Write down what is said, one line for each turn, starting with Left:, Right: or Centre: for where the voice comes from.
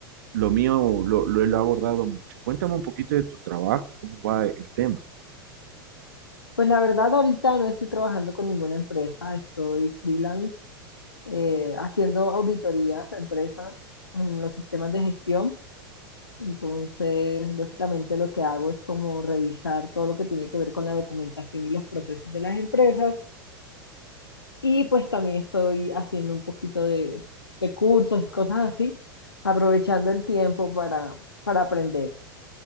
Right: Lo mío lo, lo he abordado mucho. Cuéntame un poquito de tu trabajo, cómo va el tema.
Left: Pues la verdad, ahorita no estoy trabajando con ninguna empresa, estoy freelance eh, haciendo auditorías a empresas en los sistemas de gestión. Entonces, básicamente lo que hago es como revisar todo lo que tiene que ver con la documentación y los procesos de las empresas. Y pues también estoy haciendo un poquito de, de cursos y cosas así, aprovechando el tiempo para, para aprender.